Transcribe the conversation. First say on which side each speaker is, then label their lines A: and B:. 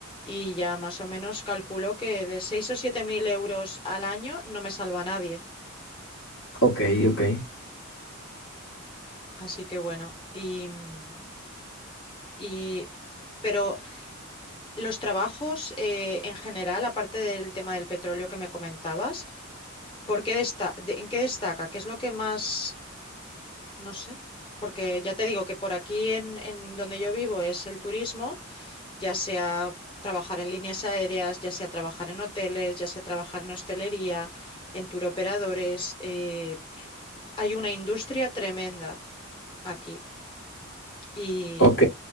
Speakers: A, on the left (about 25°); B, on the left (about 60°).
A: y ya más o menos calculo que de seis o siete mil euros al año no me salva a nadie.
B: Ok, ok.
A: Así que bueno, y, mm, y- pero los trabajos eh, en general, aparte del tema del petróleo que me comentabas, ¿por qué desta- de- ¿en qué destaca? ¿Qué es lo que más, no sé? Porque ya te digo que por aquí en, en donde yo vivo es el turismo. ya sea trabajar en líneas aéreas, ya sea trabajar en hoteles, ya sea trabajar en hostelería, en turoperadores. eh, hay una industria tremenda aquí y,
B: Ok,